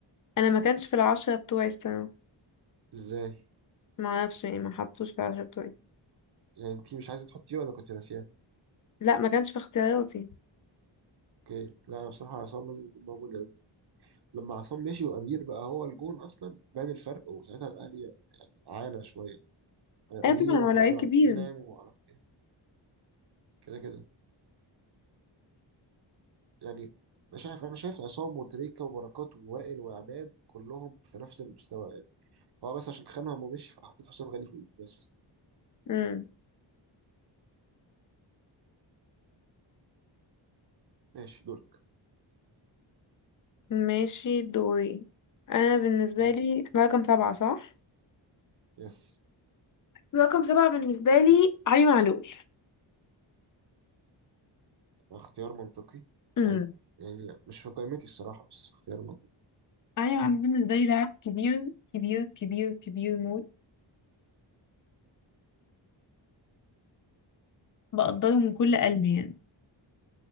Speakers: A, on the left; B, on the right.
A: أنا ما كانش في العشرة بتوعي الصراحة
B: إزاي
A: ما أعرفش يعني ما حطوش في العشرة بتوعي
B: يعني أنت مش عايزة تحطيه ولا كنت ناسياه
A: لا ما كانش في اختياراتي
B: أوكي لا أنا بصراحة عصام لازم يكون موجود يعني لما عصام مشي وامير بقى هو الجون اصلا بان الفرق وساعتها الاهلي عانى شويه يعني
A: أيوة
B: امير
A: طبعا
B: واحمد
A: هو لعيب
B: عادل
A: كبير
B: عبد المنعم ومعرفش ايه كده كده يعني مش عارف انا شايف عصام وتريكا وبركات ووائل وعماد كلهم في نفس المستوى يعني هو بس عشان خانهم ومشي فحطيت حسام غالي فوقيه بس
A: مم.
B: ماشي دورك
A: ماشي دوري أنا بالنسبة
B: مركز
A: لي احنا رقم سبعة صح؟
B: يس
A: رقم سبعة بالنسبة لي علي معلول
B: اختيار منطقي
A: مم.
B: لعيب يعني مش في قائمتي الصراحه بس اختيار منطقي
A: ايوه انا بالنسبه لي لاعب كبير كبير كبير كبير موت بقدره من كل قلبي يعني